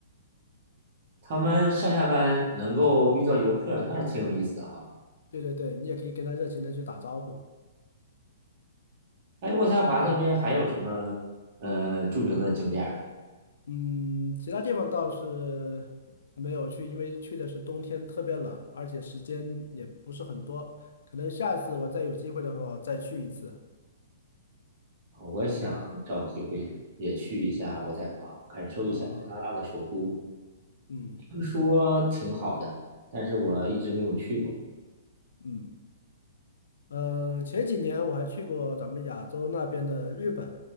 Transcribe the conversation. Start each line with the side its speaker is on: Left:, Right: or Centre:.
Right: 他们上下班能够遇到游客，那是挺有意思的哈。
Left: 对对对，你也可以跟他热情的去打招呼。
Right: 哎，渥太华那边还有什么呃著名的景点儿
Left: 嗯，其他地方倒是没有去，因为去的是冬天，特别冷，而且时间也不是很多。可能下次我再有机会的话，我再去一次。
Right: 啊？我想找机会也去一下渥太华，
Left: 嗯，
Right: 感受一下加拿大的首都，
Left: 啊，嗯
Right: 听说挺好的，但是我一直没有去过。
Left: 嗯，呃，前几年我还去过咱们亚洲那边的日本，